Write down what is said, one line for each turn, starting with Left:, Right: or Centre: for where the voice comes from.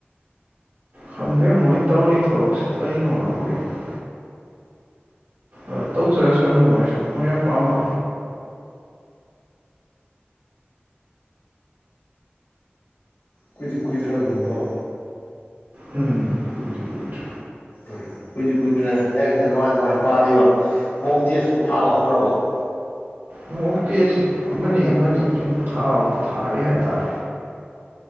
Right: ꯈꯪꯗꯦ ꯃꯣꯏ ꯇꯧꯔꯤ ꯊꯕꯛꯁꯤ ꯀꯔꯤꯩꯅꯣꯅ ꯑꯩꯈꯣꯏꯁ ꯑ ꯇꯧꯖꯔꯁꯅꯨ ꯃꯣꯏꯁꯨ ꯃꯣꯏꯅ ꯑꯄꯥꯝꯕ
Left: ꯀꯨꯏꯗꯤ ꯀꯨꯏꯗ꯭ꯔꯕꯅꯤꯀꯣ
Right: ꯎꯝ ꯀꯣꯏꯗ ꯀꯣꯏꯗ
Left: ꯎꯝ ꯀꯨꯏꯗ꯭ꯔꯤ ꯀꯨꯏꯗ꯭ꯔꯦ ꯂꯥꯏꯔꯤꯛꯅ ꯀꯃꯥꯏ ꯀꯃꯥꯏ ꯄꯥꯗꯕ ꯃꯣꯛ ꯇꯦꯁꯄꯨ ꯊꯥꯕ ꯍꯧꯔꯕꯛꯔꯕ
Right: ꯑꯣꯣꯡꯣꯛꯇꯦ ꯑꯁꯤ ꯑꯃꯅꯤ ꯑꯃꯅꯤ ꯁꯨꯝꯥꯎ ꯊꯥꯔꯤ ꯍꯥꯏꯇꯥꯔꯦ